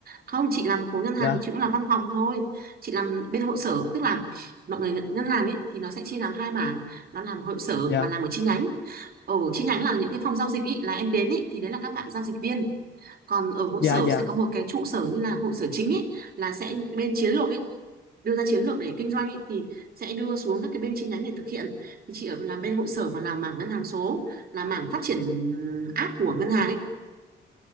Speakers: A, on the right; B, on the left.
A: Không, chị làm khối ngân hàng
B: dạ
A: thì chị cũng làm văn phòng thôi. Chị làm bên hội sở, tức là mọi người ng- ngân hàng ấy thì nó sẽ chia làm hai mảng, nó làm hội sở
B: dạ
A: và làm ở chi nhánh. Ở chi nhánh là những cái phòng giao dịch ý, là em đến ý, thì đấy là các bạn giao dịch viên. Còn ở hội
B: dạ
A: sở
B: dạ
A: sẽ có một cái trụ sở như là hội sở chính ý, là sẽ bên chiến lược ý, đưa ra chiến lược để kinh doanh ý, thì sẽ đưa xuống các cái bên chi nhánh để thực hiện. Thì chị ở làm bên hội sở và làm mảng ngân hàng số, là mảng phát triển app của ngân hàng ấy.